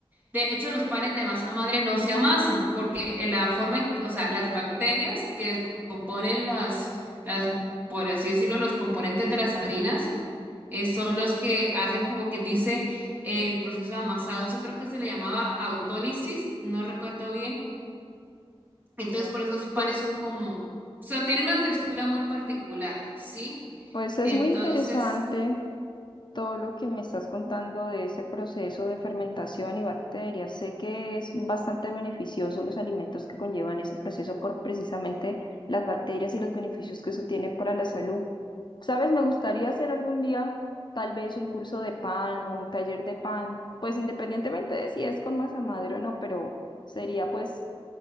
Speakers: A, on the right; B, on the left.
A: De hecho, los panes de masa madre no se amasan porque en la forma en, que- o sea, las bacterias que descomponen las, las, por así decirlo, los componentes de las harinas, eh, son los que hacen como quien dice el proceso de amasado. Eso creo que se le llamaba autólisis, no recuerdo bien. Entonces,
B: Oh,
A: por eso esos panes
B: Pues,
A: son como, o sea, tienen una textura muy particular, ¿sí?
B: pues es
A: Entonces,
B: muy interesante todo lo que me estás contando de ese proceso de fermentación y bacterias. Sé que es bastante beneficioso los alimentos que conllevan ese proceso por precisamente las bacterias y los beneficios que eso tiene para la salud. ¿Sabes? Me gustaría hacer algún día tal vez un curso de pan o un taller de pan, pues independientemente de si es con masa madre o no, pero sería pues